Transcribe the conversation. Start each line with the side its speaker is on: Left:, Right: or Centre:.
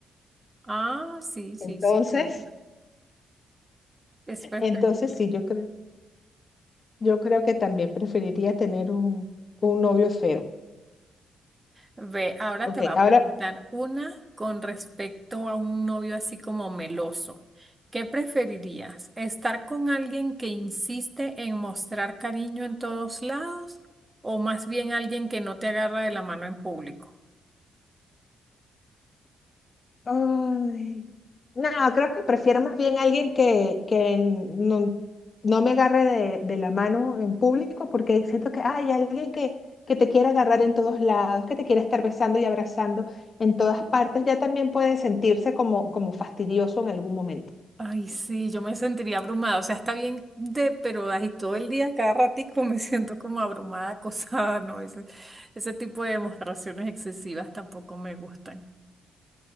Right: Ah, sí, sí,
Left: Entonces,
Right: sí, lo oí. Es preferible.
Left: entonces sí, yo creo, yo creo que también preferiría tener un, un novio feo.
Right: Ve, ahora
Left: Ok,
Right: te va a
Left: ahora
Right: preguntar una con respecto a un novio así como meloso. ¿Qué preferirías? ¿Estar con alguien que insiste en mostrar cariño en todos lados o más bien alguien que no te agarra de la mano en público?
Left: Ay. No, creo que prefiero más bien alguien que, que no, no me agarre de, de la mano en público porque siento que hay alguien que, que te quiere agarrar en todos lados, que te quiere estar besando y abrazando en todas partes, ya también puede sentirse como, como fastidioso en algún momento.
Right: Ay, sí, yo me sentiría abrumada. O sea, está bien de, pero ahí todo el día, cada ratico <laughs> me siento como abrumada, acosada, ¿no? Ese, ese tipo de demostraciones excesivas tampoco me gustan.